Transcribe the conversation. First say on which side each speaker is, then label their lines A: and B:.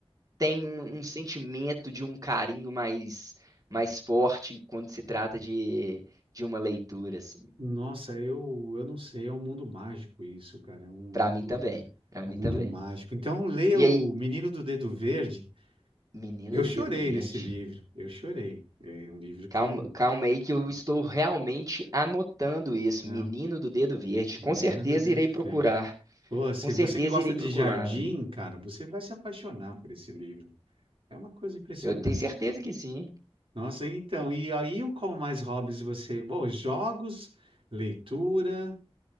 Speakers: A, on the right (about 35°); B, on the right (about 60°).
A: têm um, um sentimento de um carinho mais mais forte quando se trata de, de uma leitura assim
B: Nossa, eu, eu não sei, é um mundo mágico isso, cara, é um mundo,
A: para mim também para
B: é
A: mim
B: um mundo
A: também
B: mágico. Então, leia
A: e
B: o
A: aí
B: Menino do Dedo Verde.
A: Menina
B: Eu
A: do
B: chorei
A: Dedo Verde
B: nesse livro, eu chorei. É um livro que,
A: Calma, calma aí que eu estou realmente anotando isso.
B: não,
A: Menino do Dedo Verde.
B: Menino
A: Com certeza
B: do Dedo
A: irei procurar.
B: Verde. Pô, se
A: Com certeza
B: você que gosta
A: irei
B: de
A: procurar.
B: jardim,
A: velho.
B: cara, você vai se apaixonar por esse livro. É uma coisa impressionante.
A: Eu tenho certeza que sim.
B: Nossa, então, e aí qual mais hobbies você? Bom, jogos, leitura,